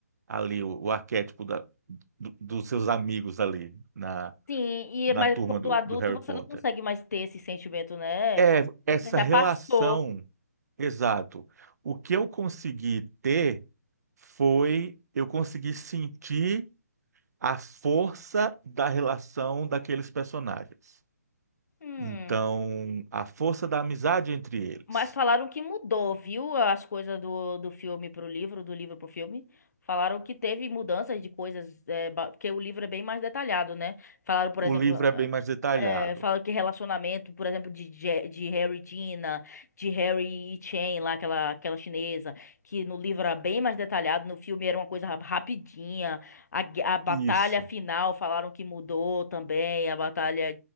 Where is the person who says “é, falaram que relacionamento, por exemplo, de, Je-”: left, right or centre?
Left